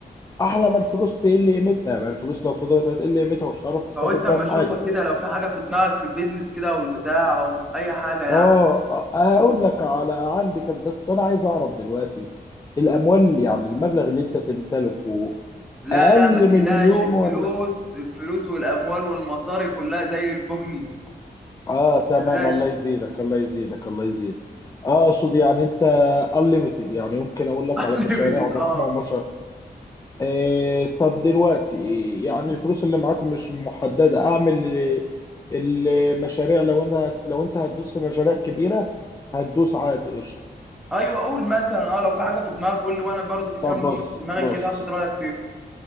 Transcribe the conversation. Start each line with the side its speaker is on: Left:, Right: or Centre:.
Left: احلى ما الفلوس تقل قيمتها ما الفلوس لو فضلت هتقل قيمتها ومش هتعرف تستفيد
Centre: فقلت
Left: بيها
Centre: اما
Left: في
Centre: اشوفك
Left: حاجة
Centre: كده لو في حاجه في دماغك في البيزنس كده او البتاع او اي حاجه يعني
Left: اه آه، اقول لك على عندي كذا بس انا عايز اعرف دلوقتي الاموال يعني المبلغ اللي انت تمتلكه
Centre: لا
Left: اقل
Centre: لا ما تقلقش
Left: من المليون
Centre: الفلوس
Left: ولا
Centre: الفلوس والاموال والمصاري كلها زي الفل
Left: اه تمام
Centre: ما
Left: الله
Centre: تقلقش
Left: يزيدك الله يزيدك الله يزيدك آه، اقصد يعني انت unlimited يعني يمكن اقول لك
Centre: <laughs>
Left: على
Centre: unlimited،
Left: مشاريع ضخمه
Centre: اه
Left: ومشاريع آه طب دلوقتي يعني الفلوس اللي معاك مش محدده اعمل المشاريع لو انا لو انت هتدوس في مشاريع كبيره هتدوس عادي قشطه
Centre: ايوه قول مثلا اه لو في حاجه في دماغك قول لي وانا برضو في كام
Left: طب بص
Centre: مشروع في دماغي
Left: بص
Centre: كده هاخد رايك فيهم